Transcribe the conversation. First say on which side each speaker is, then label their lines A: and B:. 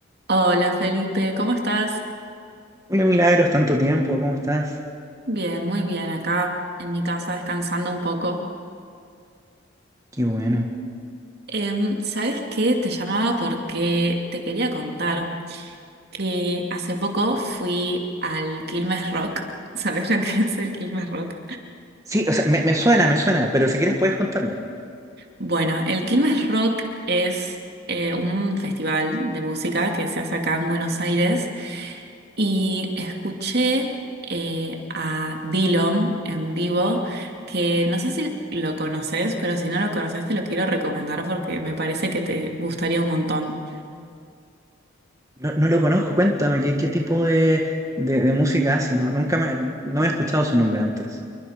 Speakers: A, on the right; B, on the right.
A: Hola Felipe, ¿cómo estás?
B: Hola Milagros, tanto tiempo, ¿cómo estás?
A: Bien, muy bien, acá en mi casa descansando un poco.
B: Qué bueno.
A: Em, ¿sabes qué? Te llamaba porque te quería contar que hace poco fui al Quilmes Rock. <laughs> ¿Sabes lo que es el Quilmes Rock?
B: Sí, o sea, me, me suena, me suena, pero si quieres puedes contarme.
A: Bueno, el Quilmes Rock es eh, un festival de música que se hace acá en Buenos Aires Y escuché eh, a Dillom en vivo, que no sé si lo conoces, pero si no lo conoces te lo quiero recomendar porque me parece que te gustaría un montón.
B: No, no lo conozco, cuéntame, ¿qué, qué tipo de, de- de música hace? No, nunca me, no he escuchado su nombre antes.